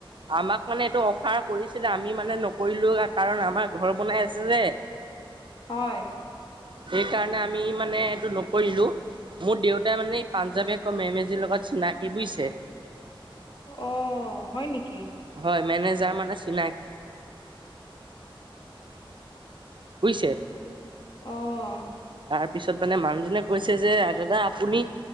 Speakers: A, on the right; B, on the left.
A: আমাক মানে এইটো অফাৰ কৰিছিলে আমি মানে নকৰিলো কাৰণ আমাৰ ঘৰ বনাই আছে যে। <inaudible>
B: হয়।
A: সেইকাৰণে আমি মানে এইটো নকৰিলো। মোৰ দেউতাই মানে এই পাঞ্জাৱ বেংক এই মেমজিৰ লগত চিনাকি বুইছে।
B: অ', হয় নিকি।
A: হয়, মেনেজাৰ মানে চিনাকি বুইছে।
B: অ'।
A: তাৰপিছত মানে মানুহজনে কৈছে যে দাদা আপুনি